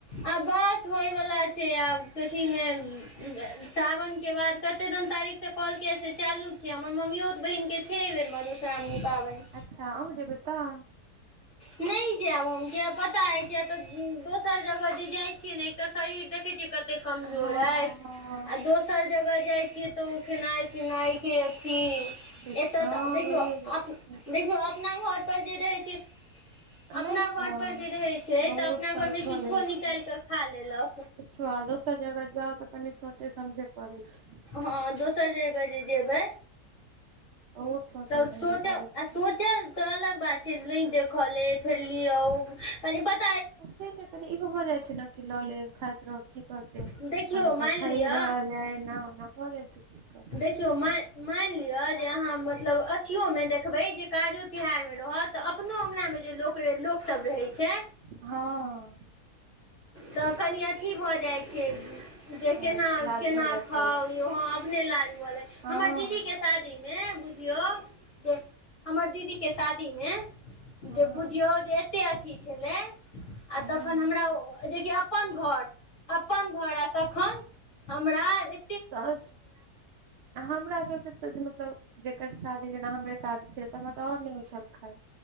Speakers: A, on the left; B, on the right.
A: आ बस होय बला छै आब कथी मे उम्म ए सावन के बाद कते दन तारीक से कहलकै यै से चालू छै, हमर मम्मियोत बहिन के छै ए बेर मधुश्रामणी पाबैन।
B: अच्छा अहु जेबै तऽ?
A: नै जैब हम किया पता यै किया तै उम्म दोसर जगह जे जाय छीयै नै एक तै शरीर देख‌ देखय छीयै कते कमजोर
B: हँ
A: ऐछ।
B: हँ
A: अ दोसर जगह जाए छियै तै ओ खेनाए पिनाय के अथी
B: देख
A: एतय
B: हँ
A: तै देखियौ
B: भइए जाइ
A: आप
B: छै
A: देखियो अपना घर पर जे रहय छै। अपना
B: नै तऽ
A: घरपर जे रहै छै
B: बहुत
A: तऽ अपना घरमे
B: फर्क भऽ
A: किछो
B: जाए छै।
A: निकालि कऽ खा लेलक
B: छो आ दोसर जगह जाउ तऽ कनि सोचय समझे पड़ै छै।
A: हँ दोसर जगह जे जेबै
B: बहुत सोचे
A: तब
B: समझे
A: सौचे
B: पड़ै
A: अ
B: छै
A: सोचल तऽ अलग बात छै नै देखल ए फेर लिअ उ कनी पत
B: ओखेनै कनि ईहो भ जाए छै नै की लऽ लेब खाएत रहब की कहत तै
A: देखियौ
B: हमेशा
A: मानि
B: खाईयै
A: लिअ
B: रहल हय ऐना-ओना भ जाय छै की कर
A: देखियौ मैय मैन लिअ जे अहाँ मतलब अथीयो मे देखबै जे काजो तिहार मे रहत तऽ अपनो अंगनो मे जे लोक रे लोक सब रहय छै।
B: हां।
A: तऽ कनि अथी भऽ जाए छै उम्म जे
B: कनि
A: केना-केना
B: इलाज भऽ जाइत
A: खाव
B: रहै छै
A: यौ हां अपने लाज भ‌ लै
B: हँ
A: हमर दीदी के शादी मे बुझियौ जे हमर दीदी के शादी में जे
B: हँ
A: बुझियौ जे एते अथी छलै आ
B: हूँ
A: तखन हमरा अ-अ जे अप्पन घर अप्पन घर आ तखन हमरा ए
B: दस हमरा सबके तै जे मतलब जेकर शादी जेना हमरे शादी छै तै हमरा तै और नै होय छल खैल